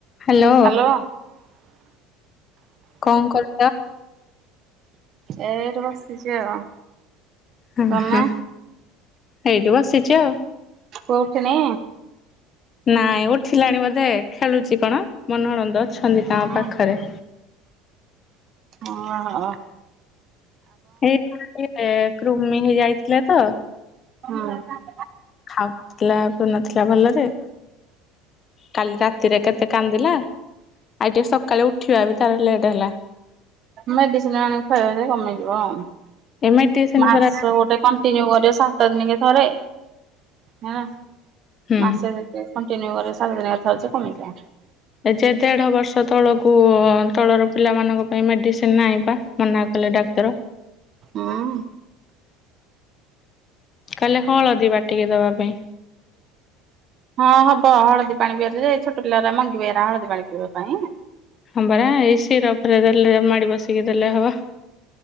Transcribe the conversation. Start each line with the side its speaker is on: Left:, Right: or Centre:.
Left: Hello
Right: hello.
Left: କଁ କରୁତ?
Right: ଏ ଏଇଠି ବସିଚି ଆଉ।
Left: ହୁଁ-ହୁଁ
Right: ତମେ
Left: ହେଇଟି ବସିଚି ଆଉ।
Right: ପୁଅ ଉଠିନି?
Left: ନାଇଁ ଉଠିଲାଣି ବୋଧେ ଖେଳୁଛି କଣ ମୋ ନଣନ୍ଦ ଅଛନ୍ତି
Right: ହୁଁ
Left: ତା ପାଖରେ।
Right: ହଁ ହ।
Left: ଏଇ <unintelligible> ଏ କୃମି ହେଇ ଯାଇଥିଲେ ତ
Right: ହଁ।
Left: ଖାଉନଥିଲା ପିଉ ନଥିଲା ଭଲରେ। କାଲି ରାତିରେ କେତେ କାନ୍ଦିଲା ଆଉ ଟିକେ ସକାଳୁ ଉ ଠିବା ବା ତାର ଲେଟ୍ ହେଲା।
Right: ମେଡିସିନ ଆଣି ଖାଇବ ଯେ, କମି ଯିବ ଆଉ।
Left: ଏ ମେଡିସିନ
Right: ମାସ
Left: ପରା
Right: ଗୋଟେ କଣ୍ଟିନ୍ୟୁ କରିବ, ସା ସତ ଦିନକେ ଥରେ, ହେଲା
Left: ହୁଁ
Right: ମାସେ କଣ୍ଟିନ୍ୟୁ କରେ ସାତ ଦିନିଆ ଥରେ ତ କମି ଯାଉଚି।
Left: ଏ ଯେ ଦେଢ଼ ବର୍ଷ ତଳକୁ ତଳର ପିଲାମାନଙ୍କ ପାଇଁ ମେଡ଼ିସିନ୍ ନାହିଁ ବା ମନା କଲେ ଡାକ୍ତର।
Right: ଉଁ।
Left: କହିଲେ ହଳଦୀ ବାଟିକି ଦବା ପାଇଁ।
Right: ହଁ ହବ ହଳଦୀ ପାଣି ପିଅନ୍ତି ଯେ, ଛୋଟ ପିଲା ଗୁରା ମଙ୍ଗିବେ ଏରା ହଳଦୀ ପାଣି ପିଇବା ପାଇଁ?
Left: ହଁ ପରା ଏଇ ସିରପରେ ଦେଲେ ମାଡି ବସିକି ଦେଲେ ହବ।